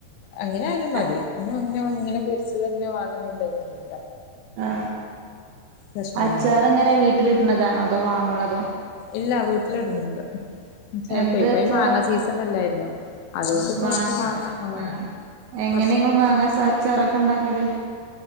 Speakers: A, on the left; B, on the right.
A: അങ്ങനെ ആയാലും മതി,
B: ആഹ്
A: <unintelligible> അങ്ങനെ ഇങ്ങനെ പൊരിച്ചത് തന്നെ വേണ <unintelligible> <unintelligible>
B: ആ
A: പ്രശ്നൊന്നുമില്ല
B: അച്ചാർ എങ്ങനെ വീട്ടിലിടുന്നതാണോ? അതോ വാങ്ങണതോ?
A: ഇല്ലാ വീട്ടിലിടുന്നുണ്ട്. ചെലപ്പോ
B: എന്ത്
A: ഇപ്പോ
B: അച്ചാറാ
A: ഈ മാങ്ങാ സീസൺ അല്ലായിരുന്നോ. അതുകൊണ്ട് ഇപ്പൊ
B: മാങ്ങ
A: കൊറച്ച് ആഹ്
B: ആ എങ്ങനെ
A: കൊറച്ച്
B: നിങ്ങള് മാങ്ങ അച്ചാ അച്ചാറൊക്കെ ഇണ്ടാക്കല്?